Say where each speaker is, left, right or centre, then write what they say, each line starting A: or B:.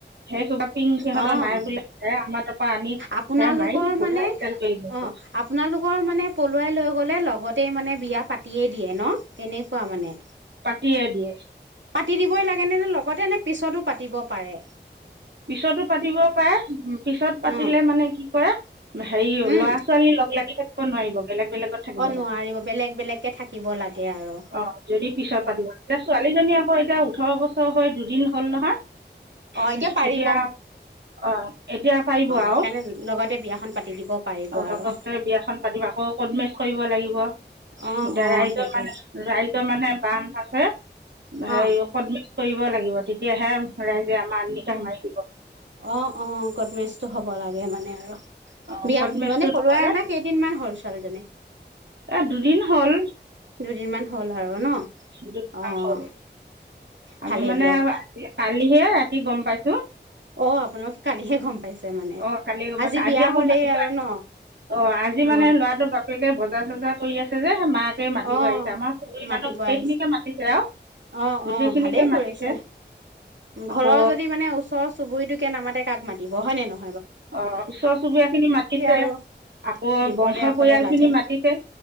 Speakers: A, on the right; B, on the right.
A: সেই <unintelligible>
B: অঁ
A: নাই বোলে হে আমাৰ তাৰ পৰা আনি
B: আপোনালোকৰ
A: হে মাৰি পুৰা
B: মানে
A: এদাল কৰি গৈছে
B: অঁ, আপোনালোকৰ মানে পলুৱাই লৈ গ'লে লগতেই মানে বিয়া পাতিয়েই দিয়ে ন। তেনেকুৱা মানে।
A: দিয়ে-দিয়ে।
B: পাতি দিবই লাগে নে- নে লগতে নে পিছতো পাতিব পাৰে।
A: পিছতো পাতিব পাৰে, পিছত পাতিলে
B: উম
A: মানে কি কৰে হেৰি
B: উম
A: ল'ৰা ছোৱালী লগ লাগি থাকি ব নোৱাৰিব। বেলেগ বেলেগত থাকিব
B: অ নোৱাৰিব
A: লাগে,
B: বেলেগ বেলেগকে থাকিব লাগে আৰু
A: অ' যদি পিছত পাতিব লাগে, এতিয়া ছোৱালীজনী আকৌ এতিয়া ওঠৰ বছৰ হৈ দুদিন হ'ল নহয়।
B: অঁ এতিয়া
A: উম,
B: পাৰি
A: এতিয়া অঁ এতিয়া পাৰিব আৰু
B: সেইকাৰণে লগতে বিয়াখন পাতি দিব পাৰিব
A: অঁ
B: আৰু
A: লগতে বিয়াখন পাতিব আকৌ কটমেৰেজ কৰিব লাগিব,
B: অ
A: এতিয়া
B: অ
A: ৰাইজৰ
B: সেইটোৱে
A: মানে- ৰাইজৰ মানে <unintelligible> আছে। <unintelligible>
B: অ
A: কৰিব লাগিব, তেতিয়াহে ৰাইজে আমাৰ <unintelligible>
B: অঁ-অঁ কটমেৰেজটো হ'ব লাগ গে মানে আৰু।
A: অঁ
B: বিয়া
A: কদমেচটো
B: মানে পলুৱাই
A: নহ'লে
B: আনা কেইদিনমান হ'ল ছোৱালীজনী?
A: এ দুদিন হ'ল।
B: দুদিন মান হ'ল আৰু ন?
A: দুদিনমান
B: অ'।
A: হ'ল
B: ভালেই
A: আমি মানে
B: দিয়ক
A: আৰু কালি সেয়া ৰাতি গম পাইছোঁ
B: অ', আপোনালোকে কালিহে গম পাইছে মানে
A: অ', কালি গম পাইছোঁ,
B: বিয়া
A: আজি আকৌ
B: হ'লেই
A: মাতিব
B: আৰু ন
A: অ', আজি
B: অ',
A: মানে ল'ৰাটো বাপেক বজাৰ, চজাৰ কৰি আছে যে, মাক তে মাতিব
B: অ',
A: আহিছে, আমাৰ চুবুৰী
B: মাতিব
A: মানুহ গোটেইখিনিকে
B: আহিছে
A: মাতিছে আৰু
B: অ',
A: গোটেইখিনিকে
B: অ', ভালেই কৰিছে
A: মাতিছে।
B: ঘৰৰ
A: আকৌ
B: যদি মানে ওচৰ চুবুৰীটোকে নামাতে কাক মাত টিব হয়নে, ন
A: অ', ওচৰ চুবুৰীয়া খিনি মাতিছে,
B: আৰু
A: আকৌ
B: বিপদে
A: বংশ
B: আপদে
A: পৰিয়াল
B: লাগে
A: খিনি মাতিছে,